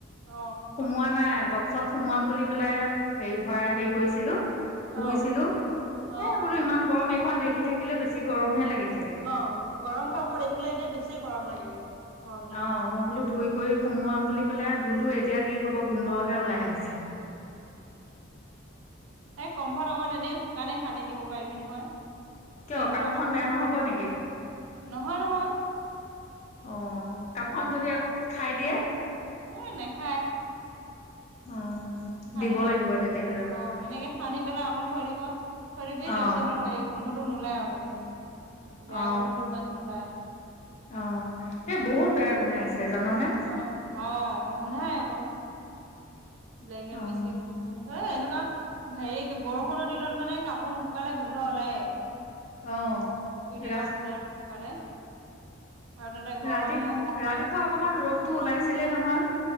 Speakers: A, on the right; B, on the left.
A: অ
B: সোমোৱা নাই বক্সত সোমোৱাম বুলি পেলাই হে ভৰাই হেৰি কৰিছিলো
A: অ
B: ধুইছিলো
A: অ
B: হেই বোলো ইমান গৰম খন দেখি থাকিলে বেছি গৰমহে লাগি থাকে।
A: অ গৰম কাপোৰ দেখিলে এতিয়া বেছি গৰম লাগে। গৰম দিনত
B: অ', মই বোলো ধুই কৰি সোমোৱাম বুলি পেলাই ধুলো এতিয়া কি হ'ব গোন্ধহে ওলাই আহিছে।
A: এই কম্ফত অকমান এনেই শুকানে সানি দিব পাৰিবি নহয়।
B: কিয়
A: চেন্টটো
B: কাপোৰখন
A: অকমান কম
B: বেয়া নহ'ব নেকি
A: নহয় নহয়।
B: অ', কাপোৰখন যদি আকৌ খাই দিয়ে?
A: অই নাখায়।
B: অ',
A: সানি
B: দিব লাগিব তেতিয়াহ'লে আৰু।
A: অ এনেকে সানি পেলাই অকণ থৈ দিব থৈ দিব
B: অ
A: তাৰপিছত আৰু সেই গোন্ধটো নোলায় আৰু তেনেকে। বেয়া
B: অ
A: গোন্ধটো ইমান হেৰি পায়।
B: অ', এই বহুত বেয়া গোন্ধাইছে জাননে?
A: অ', অ', গোন্ধাই আকৌ। ব্লেংকেট
B: অ',
A: বেছি গোন তাৰপাছত এ এনেকুৱা হেৰি বৰষুণৰ দিনত মানে কাপোৰ নুশুকালে গোন্ধ ওলায়ই।
B: অ',
A: ধুই দিয়া
B: ৰা
A: কাপোৰবিলাক নুশুকালে। আৰু তাতে গৰমো
B: ৰাতি
A: হয়
B: ৰাতিপুৱা অকমান ৰ'দটো ওলাইছিলে নহয়।